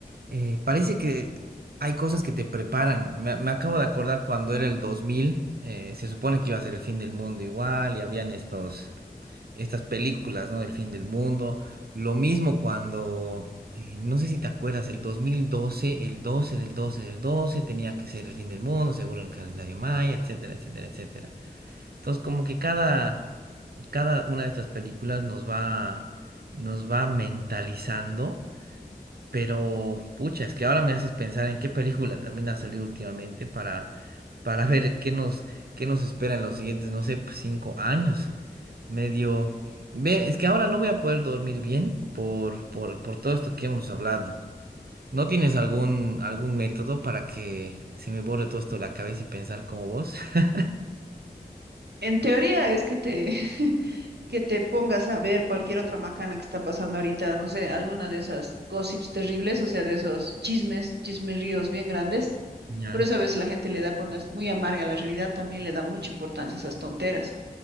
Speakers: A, on the right; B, on the right.
A: eh, parece que hay cosas que te preparan. Me, me acabo de acordar cuando era el 2000, eh, se supone que iba a ser el fin del mundo igual y habían estos estas películas, ¿no? Del fin del mundo. Lo mismo cuando, eh, no sé si te acuerdas, el 2012 el 12 del 12 del 12 tenía que ser el fin del mundo, según el calendario maya, etcétera, etcétera, etcétera. Entonces, como que cada, cada una de estas películas nos va, nos va mentalizando, pero pucha, es que ahora me haces pensar en qué película también ha salido últimamente para, para ver qué nos, qué nos espera en los siguientes, no sé, pues, cinco años medio... Ve, es que ahora no voy a poder dormir bien por, por, por todo esto que hemos hablado. ¿No tienes algún, algún método para que se me borre todo esto de la cabeza y pensar como vos? <laughs>
B: En teoría es que te, <laughs> que te pongas a ver cualquier otra macana que está pasando ahorita, no sé, alguna de esas gossips terribles, o sea, de esos chismes, chismeríos bien grandes.
A: Ya.
B: Por eso a veces la gente le da, cuando es muy amarga la realidad, también le da mucha importancia a esas tonteras.